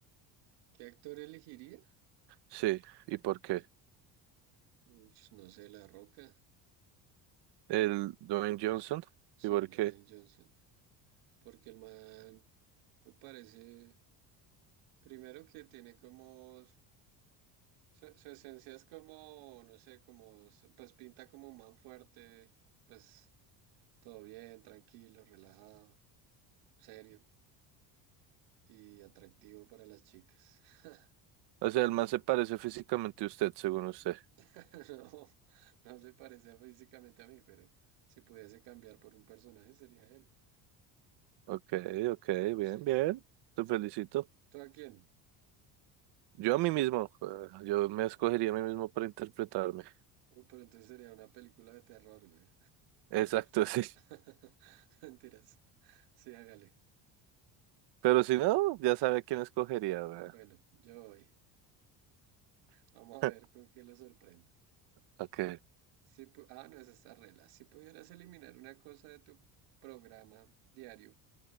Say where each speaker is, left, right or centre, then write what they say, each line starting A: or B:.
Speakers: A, on the right (about 85°); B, on the right (about 70°).
A: ¿Qué actor elegiría?
B: Sí, ¿y por qué?
A: Ush, no sé, La Roca,
B: El Dwayne Johnson,
A: sí,
B: ¿y por
A: Dwayne
B: qué?
A: Johnson, porque el man me parece, primero que tiene como, su, su esencia es como, no sé, como, s- pues pinta como un man fuerte, pues todo bien, tranquilo, relajado, serio y atractivo para las chicas. <laughs>
B: O sea, el man se parece físicamente a usted, según usted.
A: <laughs> No, no se parece físicamente a mí, pero si pudiese cambiar por un personaje sería él.
B: Ok, ok, bien,
A: Sí.
B: bien. Te felicito.
A: ¿Tú a quién?
B: Yo a mí mismo, eh, yo me escogería a mí mismo para interpretarme.
A: Uy, pero entonces sería una película de terror, güey.
B: Exacto, <laughs> sí.
A: <laughs> Mentiras. Sí, hágale.
B: Pero si no, ya sabe quién escogería, weón.
A: Bueno, yo voy. Vamos
B: <laughs>
A: a ver con quién lo sorprendo.
B: Ok.
A: Si pu- ah, no, esa está regla. Si pudieras eliminar una cosa de tu programa diario,